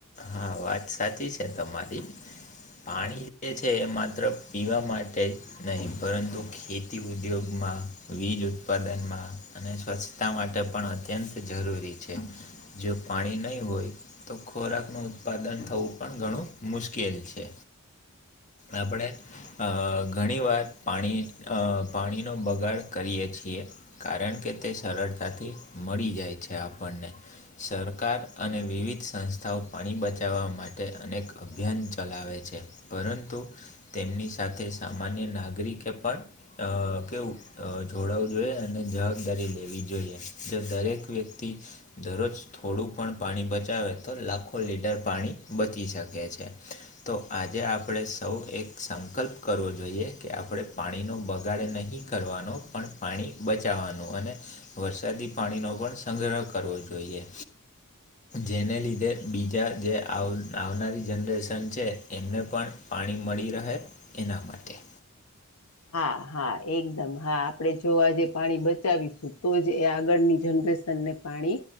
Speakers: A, on the left; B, on the left.
A: હા વાત સાચી છે તમારી. પાણી જે છે એ માત્ર પીવા માટે જ નહીં પરંતુ ખેતી ઉદ્યોગમાં વીજ ઉત્પાદનમાં અને સ્વચ્છતા માટે પણ અત્યંત જરૂરી છે. જો પાણી નહીં હોય તો ખોરાકનું. ઉત્પાદન થવું પણ ઘણું મુશ્કેલ છે આપણે. અ ઘણી વાર પાણી પાણીનો બગાડ કરીએ છીએ. કારણ કે તે સરળતાથી મળી જાય છે આપણને સરકાર અને વિવિધ સંસ્થાઓ પાણી બચ લવા માટે અનેક અભિયાન ચલાવે છે પરંતુ તેમની સાથે સામાન્ય નાગરિકે પણ અ કેવું જોડાવું જોઈએ અને જવાબદારી લેવી જોઈએ જો દરેક વ્યક્તિ દરરોજ થોડું પણ પાણી બચાવે તો લાખો લીટર પાણી બચી શકે છે. તો આજે આપણે સૌ એક સંકલ્પ કરવો જોઈએ કે આપણે પાણીનો બગાડે નહીં કરવાનો પણ પાણી બચાવવાનું અને વરસાદી પાણીનો પણ સંગ્રહ કરવો જોઈએ જેને લીધ બીજા જે આવ આવનારી જનરેશન છે એમને પણ પાણી મળી રહે એના માટે.
B: હા હા એકદમ હા આપણેે જો આજે પાણી બચાવીશું તો જ એ આગળની જનરેશન પાણી